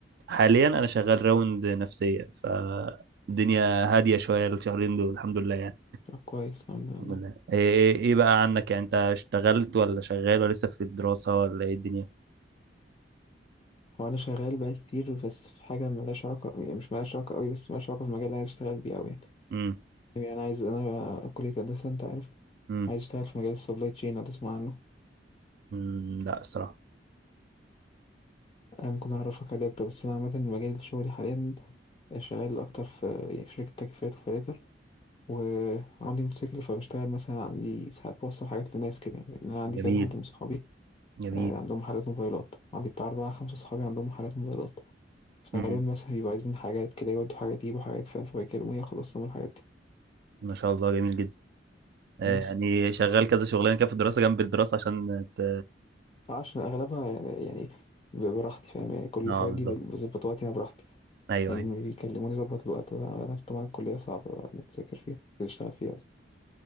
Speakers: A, on the right (about 60°); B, on the left (about 30°).
A: حاليا انا شغال راوند نفسيه فالدنيا هاديه شويه الشهرين دول الحمد لله يعني
B: آه، كويس الحمد لله
A: الحمد لله ايه ايه إيه بقى عنك يعني انت اشتغلت ولا شغال ولا لسه في الدراسه ولا ايه الدنيا
B: هو أنا شغال بقالي كتير بس في حاجة ملهاش علاقة يعني مش ملهاش علاقة أوي بس ملهاش علاقة في المجال اللي عايز أشتغل بيه أوي يعني
A: امم
B: يعني أنا عايز أنا كلية هندسة أنت عارف
A: امم
B: عايز أشتغل في مجال السبلاي تشين لو تسمع عنه
A: أمم، لا الصراحه
B: أنا ممكن أعرفك عليه أكتر بس أنا عامة مجال شغلي حاليا شغال أكتر في يعني في شركة تكييفات وفلاتر وعندي موتوسيكل فبشتغل مثلا عندي ساعات بوصل حاجات لناس كده يعني يعني أنا عندي
A: جميل
B: كذا حد من صحابي
A: جميل
B: آه، عندهم محلات موبايلات عندي بتاع أربعة خمسة صحابي عندهم محلات موبايلات فغالبا
A: امم
B: مثلا بيبقوا عايزين حاجات كده يودوا حاجات يجيبوا حاجات فاهم فبيكلموني أخلص لهم الحاجات دي
A: ما شاء الله جميل جدا آه،
B: بس
A: يعني شغال كذا شغلانه كده في الدراسه جنب الدراسه عشان ت...
B: آه، عشان أغلبها يعني يعني بيبقى براحتي فاهم يعني كل الحاجات
A: اه بالظبط
B: دي بظبط وقتي أنا براحتي
A: ايوه
B: يعني
A: ايوه
B: لما بيكلموني ظبط الوقت بقى أنا عارف طبعا الكلية صعبة بقى إنك تذاكر فيها تشتغل فيها أصلا